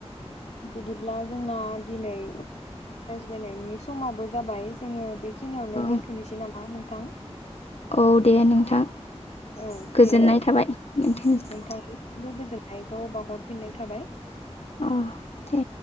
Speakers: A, on the left; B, on the left.
A: बिदिब्ला जोंना दिनै रायज्लायनायनि समाबो जाबाय जोङो बेखिनियावनो
B: औ
A: दोनथ'निसै नामा नोंथां?
B: औ दे नोंथां।
A: औ
B: गोजोननाय
A: दे बिदि
B: थाबाय नोंथांनिसिम
A: नोंथांनिसिमबो गोजोननाय खौ बावहरफिननाय थाबाय।
B: अ दे।